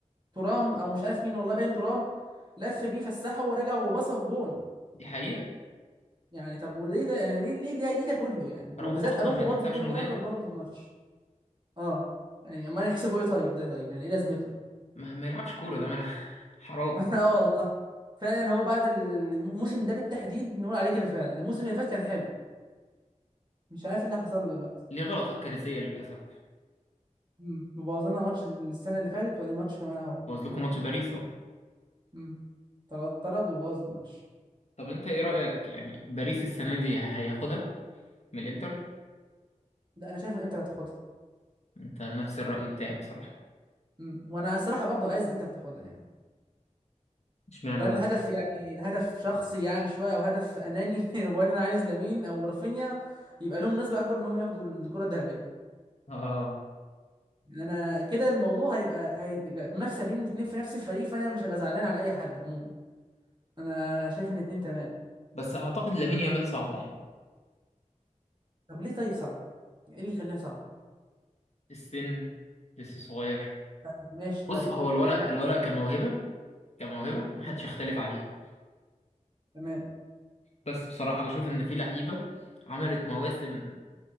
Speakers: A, on the right; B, on the left.
A: ترام او مش عارف مين والله باين ترام لف بيه فسحه ورجع وبصه جون
B: دي حقيقة
A: يعني طب وليه ده يعني ليه ليه ليه, ليه ده كله يعني وبالذات
B: أروخو أصلا
A: اروخو
B: ما يتحسبش
A: برضه كل
B: مدافع
A: مرة بيبوظ الماتش اه يعني امال يحسبوا ايه طيب ده طيب يعني ايه لازمته
B: ما, ما يلعبش كورة ده ملعب <laughs> حرام
A: <laughs> اه والله فعلا هو بعد ال- الموسم ده بالتحديد نقول عليه كده فعلا الموسم اللي فات كان حلو مش عارف إيه اللي حصل له دلوقتي
B: ليه غلطات كارثية للأسف
A: امم مبوظلنا ماتش السنه اللي فاتت وادي ماتش كمان اهو
B: بوظ لكم ماتش باريس اهو
A: امم طرد طرد وبوظ الماتش
B: طب انت ايه رأيك يعني باريس السنة دي هياخدها من الانتر
A: ده انا شايف ان انتر هتاخدها
B: انت نفس الرأي بتاعي بصراحة
A: امم وانا الصراحه برضو عايز انتر تاخدها يعني
B: اشمعنى
A: ده
B: بقى
A: الهدف يعني الهدف شخصي يعني شويه او هدف اناني <laughs> وانا عايز لامين او رافينيا يبقى لهم نسبه اكبر ان هم ياخدوا الكره الذهبيه
B: اه
A: انا كده الموضوع هيبقى هيبقى منافسه بين الاتنين في نفس الفريق فانا مش هبقى زعلان على اي حد عموما انا شايف ان الاتنين تمام
B: بس اعتقد لامين يامال صعبة يعني
A: طب ليه طيب صعب ايه اللي يخليها صعب
B: السن لسه صغير
A: طيب ماشي طيب
B: بص هو
A: بعيدا
B: الولد
A: عن
B: الولد
A: السن
B: كموهبة كموهبة محدش
A: مم.
B: يختلف عليه
A: تمام
B: بس بصراحة بشوف ان في لعيبة عملت مواسم